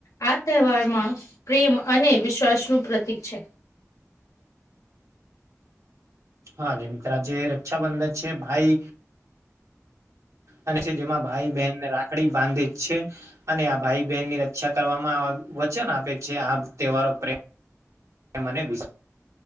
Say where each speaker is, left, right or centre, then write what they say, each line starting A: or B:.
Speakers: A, on the left; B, on the right.
A: આ તહેવારમાં પ્રેમ અને વિશ્વાસ નું પ્રતીક છે
B: હાજે મિત્ર જે રક્ષાબંધન છે ભાઈ અને જેમાં ભાઈ બહેનને રા ખડી બાંધે છે અને આ ભાઈ બહેન ની રક્ષા કરવામાં વચન આપે છે આ તહેવારો પ્રેમ અને વિસ